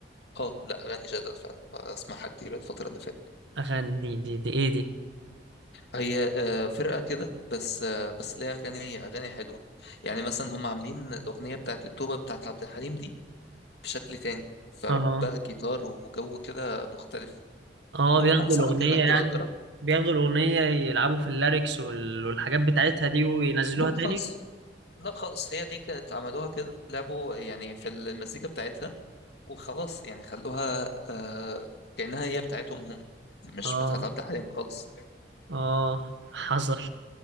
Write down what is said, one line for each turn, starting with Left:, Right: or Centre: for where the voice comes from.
Left: اه لا اغاني جدل فعلا اسمعها كتير الفتره اللي فاتت
Right: اغاني دي دي دي ايه دي
Left: هي آه، فرقه كده بس آه، بس ليها اغاني اغاني حلوه يعني مثلا هم عاملين الاغنيه بتاعت التوبه بتاعت عبد الحليم دي بشكل تاني فبقى
Right: اه
Left: جيتار وجو كده مختلف
Right: اه
Left: مو
Right: بياخدوا
Left: انصحك
Right: الاغنية
Left: انك
Right: يعني
Left: تبقى تجرب
Right: بياخدوا الاغنية يلعبوا في الليركس وال- والحاجات بتاعتها دي وينزلوها
Left: لا
Right: تاني
Left: خالص لا خالص هي دي كانت عملوها كده لعبوا يعني في المزيكا بتاعتها وخلاص يعني خلوها آه، كانها هي بتاعتهم هم مش
Right: اه
Left: بتاعت عبد الحليم خالص
Right: اه حصل